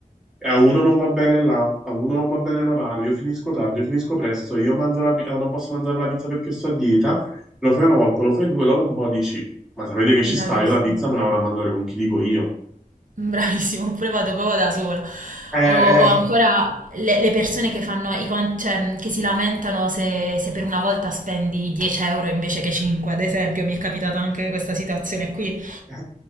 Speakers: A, in the centre; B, on the right.
A: e a uno non va bene là, a uno non va bene l'orario, io finisco tardi, io finisco presto, io mangio la, pi- eh, non posso mangiare la pizza perché sto a dieta, lo fai una volta, lo fai due, dopo un po' dici, ma sapete che
B: Bravissimo.
A: ci sta, io la pizza me la vado a mangiare con chi dico io.
B: <laughs> Bravissimo, oppure vado proprio da sola.
A: Eh,
B: O, o ancora
A: eh,
B: le, le persone che fanno i con- cioè, che si lamentano se, se per una volta spendi 10 euro invece che 5, ad esempio, mi è capitata anche questa situazione qui.
A: eh.